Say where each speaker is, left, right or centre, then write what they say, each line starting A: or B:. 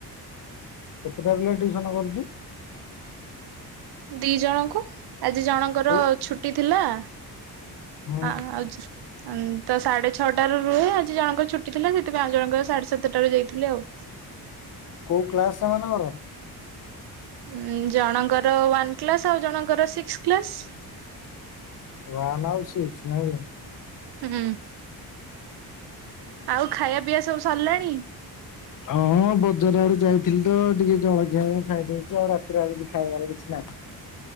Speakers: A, on the left; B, on the right.
A: କେତେଟା ପିଲାକୁ ଟ୍ୟୁସନ କରୁଚୁ?
B: ଦିଇ ଜଣଙ୍କୁ ଆଜି ଜଣଙ୍କର
A: କୋଉ
B: ଛୁଟି ଥିଲା ଆ
A: ହୁଁ
B: ଆଉ ଜ ଅମ୍ ତ ସାଢେ ଛଅଟାରୁ ରୁହେ ଆଜି ଜଣଙ୍କର ଛୁଟି ଥିଲା ସେଥିପାଇଁ ଆଉ ଜଣଙ୍କର ସାଢେ ସାତଟାରେ ଯାଇଥିଲେ ଆଉ।
A: କୋଉ କ୍ଲାସ୍ ସେମାନଙ୍କର?
B: ଉଁ ଜଣଙ୍କର ୱାନ୍ କ୍ଲାସ୍ ଆଉ ଜଣଙ୍କର ସିକ୍ସ କ୍ଲାସ୍।
A: ଵାନ୍ ଆଉ ସିକ୍ସ୍ ନାଇଁ କି?
B: ହୁଁ। ଆଉ ଖାଇବା ପିଇବା ସବୁ ସରିଲାଣି?
A: ହଁ ବଜାର ଆଡ଼କୁ ଯାଇଥିଲି ତ ଟିକେ ଜଳଖିଆ ଖାଇଦେଇଛି। ଆଉ ରାତିରେ ଆଉ କିଛି ଖାଇବାର କିଛି ନାହିଁ।